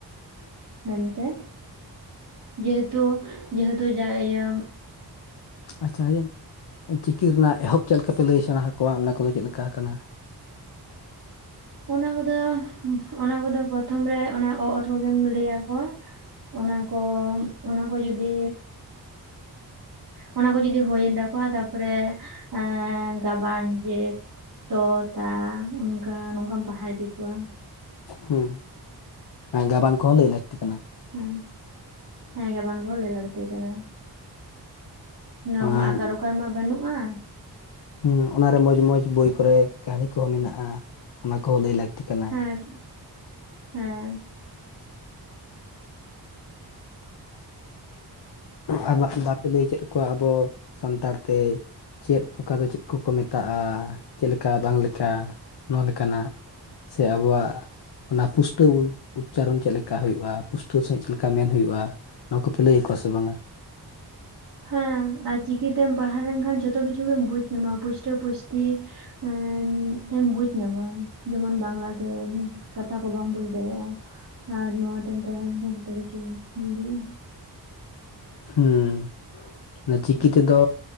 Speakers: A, on the right; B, on the left.
A: ᱢᱮᱱᱛᱮ, ᱡᱮᱦᱮᱛᱩ ᱡᱮᱦᱮᱛᱩ ᱡᱟ ᱤᱭᱟᱹᱼᱼ
B: ᱟᱪᱪᱷᱟ ᱤᱭᱟᱹ ᱪᱤᱠᱤ ᱨᱮᱱᱟᱜ ᱮᱦᱚᱵ ᱪᱮᱫ ᱞᱮᱠᱟ ᱯᱮ ᱞᱟᱹᱭ ᱥᱮᱬᱟ ᱟᱠᱚᱣᱟ, ᱚᱱᱟ ᱠᱚᱫᱚ ᱪᱮᱫ ᱞᱮᱠᱟ ᱦᱟᱠᱟᱱᱟ?
A: ᱚᱱᱟ ᱠᱚᱫᱚ, ᱚᱱᱟ ᱠᱚᱫᱚ ᱯᱨᱚᱛᱷᱚᱢ ᱨᱮ ᱚᱱᱟ ᱚ ᱚᱛ ᱠᱚᱜᱮᱢ ᱞᱟᱹᱭ ᱟᱠᱚᱣᱟ ᱾ ᱚᱱᱟ ᱠᱚ, ᱚᱱᱟ ᱠᱚ ᱡᱩᱫᱤᱼᱼ ᱚᱱᱟ ᱠᱚ ᱡᱩᱫᱤ ᱦᱩᱭᱮᱱ ᱛᱟᱠᱚᱣᱟ ᱛᱟᱨᱯᱚᱨᱮ ᱮᱸ ᱜᱟᱵᱟᱱ ᱡᱮᱼᱼ ᱛᱚ ᱛᱟ ᱚᱱᱠᱟ, ᱱᱚᱝᱠᱟᱢ ᱯᱟᱲᱦᱟᱣ ᱤᱫᱤ ᱠᱚᱣᱟ ᱾
B: ᱦᱩᱸ, ᱜᱟᱵᱟᱱ ᱠᱚᱦᱚᱸ ᱞᱟᱹᱭ ᱞᱟᱹᱠᱛᱤ ᱠᱟᱱᱟ ᱾
A: ᱦᱚᱸ, ᱦᱮᱸ ᱵᱟᱝᱟᱱ ᱠᱚ ᱞᱟᱹᱭ ᱞᱟᱹᱠᱛᱤ ᱠᱟᱱᱟ ᱾ ᱱᱚᱣᱟ
B: ᱟᱨ
A: ᱢᱟ ᱟᱠᱟᱨ ᱩᱠᱟᱨ ᱢᱟ ᱵᱟᱹᱱᱩᱜᱼᱟ ᱾
B: ᱦᱚᱸ ᱚᱱᱟᱨᱮ ᱢᱚᱸᱡᱽ ᱢᱚᱸᱡᱽ ᱵᱳᱭ ᱠᱚᱨᱮ ᱠᱟᱹᱦᱱᱤ ᱠᱚᱦᱚᱸ ᱢᱮᱱᱟᱜᱼᱟ ᱚᱱᱟ ᱠᱚᱦᱚᱸ ᱞᱟᱹᱭ ᱞᱟᱹᱠᱛᱤ ᱠᱟᱱᱟ᱾
A: ᱦᱮᱸ ᱦᱮᱸ᱾
B: ᱟᱨ ᱵᱟ ᱵᱟᱯᱮ ᱞᱟᱹᱭ ᱦᱚᱪᱚᱭᱮᱫ ᱠᱚᱣᱟ ᱟᱵᱚ ᱥᱟᱱᱛᱟᱲ ᱛᱮ ᱪᱮᱫ ᱚᱠᱟ ᱫᱚ ᱪᱮᱫ ᱠᱚᱠᱚ ᱢᱮᱛᱟᱜᱼᱟ, ᱪᱮᱫ ᱞᱮᱠᱟ ᱵᱟᱝ ᱞᱮᱠᱟ ᱱᱚᱣᱟ ᱞᱮᱠᱟᱱᱟᱜ ᱥᱮ ᱟᱵᱚᱣᱟᱜ ᱚᱱᱟ ᱯᱩᱥᱴᱟᱹᱣ ᱩᱪᱪᱟᱨᱚᱱ ᱪᱮᱫ ᱞᱮᱠᱟ ᱦᱩᱭᱩᱜᱼᱟ, ᱯᱩᱥᱴᱟᱹᱣ ᱥᱟᱺᱦᱤᱡ ᱪᱮᱫ ᱞᱮᱠᱟ ᱢᱮᱱ ᱦᱩᱭᱩᱜᱼᱟ ᱱᱚᱣᱟ ᱠᱚᱯᱮ ᱞᱟᱹᱭ ᱟᱠᱚᱣᱟ ᱥᱮ ᱵᱟᱝᱟ?
A: ᱦᱮᱸ ᱟᱨ ᱪᱤᱠᱤ ᱛᱮᱢ ᱯᱟᱲᱦᱟᱣ ᱞᱮᱱᱠᱷᱟᱱ ᱡᱷᱚᱛᱚ ᱠᱤᱪᱷᱩ ᱜᱮᱢ ᱵᱩᱡ ᱧᱟᱢᱟ ᱯᱩᱥᱴᱟᱹ ᱯᱩᱥᱴᱤ ᱮᱸ ᱮᱢ ᱵᱩᱡ ᱧᱟᱢᱟ ᱡᱮᱢᱚᱱ ᱵᱟᱝᱜᱞᱟ ᱛᱮ ᱠᱟᱛᱷᱟ ᱠᱚ ᱵᱟᱢ ᱵᱩᱡ ᱫᱟᱲᱮᱭᱟᱜᱼᱟ, ᱟᱨ ᱱᱚᱣᱟ ᱛᱮᱢ ᱯᱟᱲᱦᱟᱣ ᱞᱮᱱᱠᱷᱟᱱ ᱡᱚᱛᱚ ᱠᱤᱪᱷᱩᱢ ᱫᱟᱲᱮᱭᱟᱜᱼᱟ᱾
B: ᱦᱩᱸ᱾ ᱚᱱᱮ ᱪᱤᱠᱤ ᱛᱮᱫᱚ